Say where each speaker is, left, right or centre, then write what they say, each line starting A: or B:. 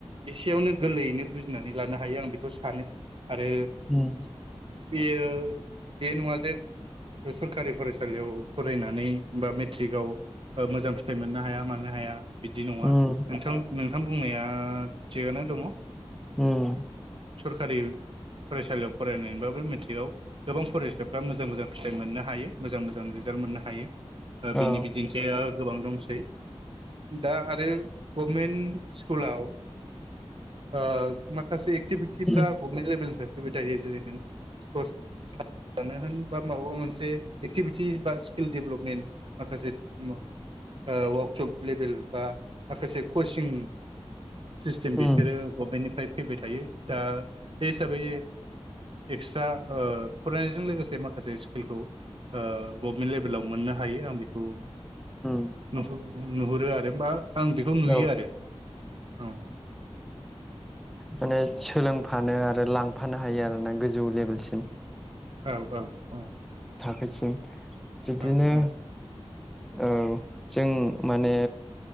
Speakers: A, on the right; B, in the centre.
A: एसेयावनो गोरलैयैनो बुजिनानै लानो हायो आं बेखौ सानो। आरो
B: उम
A: बेयो बे नङा जे सरखारि फरायसालियाव फरायनानै बा मेट्रिकआव मोजां फिथाइ मोननो हाया मानो हाया बिदि नङा
B: उम
A: नोंथां। नोंथां बुंनाया थिगानो दङ।
B: उम
A: सरखारि फरायसालियाव फरायनायबाबो मेट्रिकआव गोबां फरायसाफ्रा मोजां मोजां फिथाइ मोननो हायो मोजां मोजां रिजाल्ट मोननो हायो।
B: औ
A: बिनि बिदिनोसै ओ गोबां दंसै। दा आरो गभमेन्ट स्कुलाव ओ माखासे एक्टिभिटिफ्रा
B: उम
A: गभमेन्ट लेभेलनिफ्राय फैबाय थायो जेरै नों स्पर्टस लानो होन बा माबा मोनसे एक्टिभिटि बा स्किल डेभेलपमेन्ट माखासे ओ वार्कशप लेभेल बा माखासे कचिं सिस्टेम बेस
B: उम
A: बिसोर गभमेन्टनिफ्राय फैबाय थायो। दा बे हिसाबै एक्सट्रा ओ फरायनायजों लोगोसे माखासे स्किलखौ ओ गभमेन्ट लेभेलाव मोननो हायो आं बेखौ
B: उम
A: नुहु नुहुरो आरो बा आं बेखौ नुयो
B: औ
A: आरो औ।
B: माने सोलोंफानो आरो लांफानो हायो आरोना गोजौ लेभेलसिम
A: औ औ औ
B: सिम बिदिनो
A: औ औ
B: औ जों माने